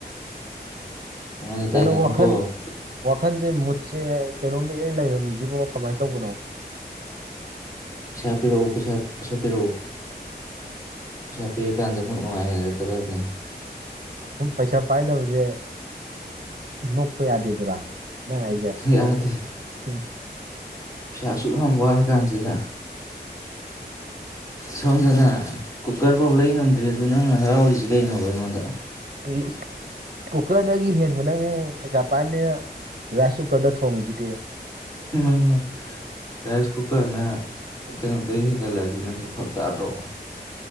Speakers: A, on the left; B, on the right.
A: ꯑꯩꯉꯣꯟꯗ ꯇꯥꯏꯅꯅꯨꯀꯣ
B: ꯀꯩꯅꯣ ꯋꯥꯈꯜ ꯋꯥꯈꯟꯁꯦ ꯃꯨꯠꯁꯦ ꯀꯩꯅꯣꯝꯗ ꯏꯔꯩ ꯂꯩꯔꯝꯃꯤꯁꯤꯕꯣ ꯀꯃꯥꯏꯅ ꯇꯧꯕꯅꯣ
A: ꯄꯩꯁꯥ ꯄꯤꯔꯛꯑꯣ ꯄꯩꯁꯥ ꯄꯩꯁꯥ ꯄꯤꯔꯛꯑꯣ ꯄꯩꯁꯥ ꯄꯤꯔꯀꯥꯟꯗ ꯃꯨꯠ ꯅꯨꯡꯉꯥꯏꯔꯛꯀꯗꯕꯅꯤ
B: ꯎꯝ ꯄꯩꯁꯥ ꯄꯥꯏꯗꯕꯁꯦ ꯅꯣꯛꯄ ꯌꯥꯗꯦꯗꯨꯔꯥ ꯅꯪ ꯍꯥꯏꯖꯔ
A: ꯌꯥꯗꯦ
B: ꯎꯝ
A: ꯄꯩꯁꯥ ꯑꯁꯨꯛ ꯌꯥꯝ ꯋꯥꯔ ꯀꯥꯟꯁꯤꯗ
B: ꯑ <unintelligible>
A: ꯁꯣꯝꯗꯅ ꯀꯨꯀꯔꯐꯥꯎ ꯂꯩ ꯉꯝꯗ꯭ꯔꯤ ꯑꯗꯨ ꯅꯪꯅ ꯍꯔꯥꯎꯔꯤꯁꯤ ꯀꯩꯅꯣꯕ ꯑꯩꯉꯣꯟꯗ
B: ꯎ <inaudible> ꯀꯨꯀꯔꯗꯒꯤ ꯍꯦꯟꯕ ꯅꯪꯅꯦ ꯄꯩꯁꯥ ꯄꯥꯏꯕꯅꯤꯅ ꯔꯥꯏꯁ ꯀꯨꯀꯔꯗ ꯊꯣꯡꯉꯤꯁꯤꯗꯤ
A: ꯃꯥꯏ ꯃꯥ ꯔꯥꯏꯁ ꯀꯨꯀꯔꯅ ꯀꯩꯅꯣꯗꯩ ꯍꯦꯟꯒꯠꯂꯛꯑꯗꯤ ꯅꯪꯁꯨ ꯐꯔꯛ ꯇꯥꯗ꯭ꯔꯣ